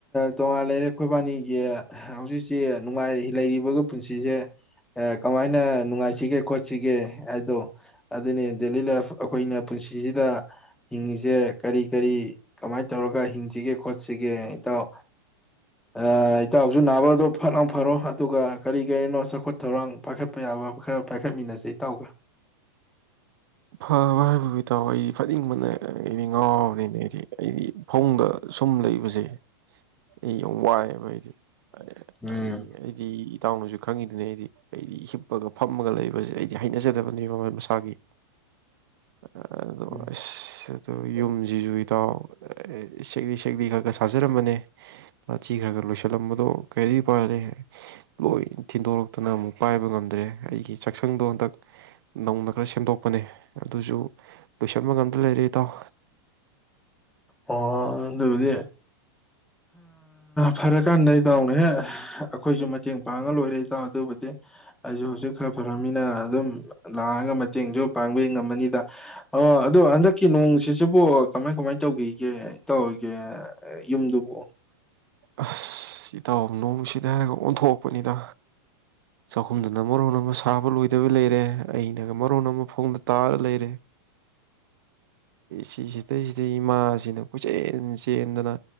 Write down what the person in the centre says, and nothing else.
ꯇꯣꯉꯥꯟ ꯂꯩꯔꯦ ꯑꯩꯈꯣꯏ ꯏꯕꯥꯅꯤꯒꯤ ꯍꯧꯖꯤꯛꯁꯦ ꯅꯨꯡꯉꯥꯏ ꯂꯩꯔꯤꯕꯒ ꯄꯨꯟꯁꯤꯁꯦ ꯑꯦ ꯀꯃꯥꯏꯅ ꯅꯨꯡꯉꯥꯏꯁꯤꯒꯦ ꯈꯣꯠꯁꯤꯒꯦ ꯍꯥꯏꯗꯣ ꯑꯗꯨꯅꯦ ꯗꯦꯂꯤ ꯂꯥꯏꯐ ꯑꯩꯈꯣꯏꯅ ꯄꯨꯟꯁꯤꯁꯤꯗ ꯍꯤꯡꯉꯤꯁꯦ ꯀꯔꯤ ꯀꯔꯤ ꯀꯃꯥꯏꯅ ꯇꯧꯔꯒ ꯍꯤꯡꯁꯤꯒꯦ ꯈꯣꯠꯁꯤꯒꯦ ꯏꯇꯥꯎ ꯑꯥ ꯏꯇꯥꯎꯁꯨ ꯅꯥꯕꯗꯣ ꯐꯠꯂꯥꯎ ꯐꯔꯣ ꯑꯗꯨꯒ ꯀꯔꯤ ꯀꯔꯤꯅꯣ ꯆꯥꯎꯈꯠ ꯊꯧꯔꯥꯡ ꯄꯥꯏꯈꯠꯄ ꯌꯥꯕ ꯈꯔ ꯄꯥꯏꯈꯠꯃꯤꯟꯅꯁ ꯏꯇꯥꯎꯒ꯫
ꯎꯝ
ꯎꯝ
ꯑꯣ ꯑꯗꯨꯕꯨꯗꯤ ꯐꯔꯀꯥꯟꯗ ꯏꯇꯥꯎꯅꯦꯍꯦ ꯑꯩꯈꯣꯏꯁꯨ ꯃꯇꯦꯡ ꯄꯥꯡꯉ ꯂꯣꯏꯔꯦ ꯏꯇꯥꯎ ꯑꯗꯨꯕꯨꯗꯤ ꯑꯩꯁꯨ ꯍꯧꯖꯤꯛ ꯈꯔ ꯐꯔꯅꯤꯅ ꯑꯗꯨꯝ ꯂꯥꯛꯑꯒ ꯃꯇꯦꯡꯁꯨ ꯄꯥꯡꯕ ꯉꯝꯃꯅꯤꯗ ꯑꯣ ꯑꯗꯨꯗꯣ ꯍꯟꯗꯛꯀꯤ ꯅꯣꯡꯁꯤꯁꯤꯕꯨ ꯀꯃꯥꯏ ꯀꯃꯥꯏ ꯇꯧꯈꯤꯒꯦ ꯇꯧꯒꯦ ꯌꯨꯝꯗꯨꯕꯨ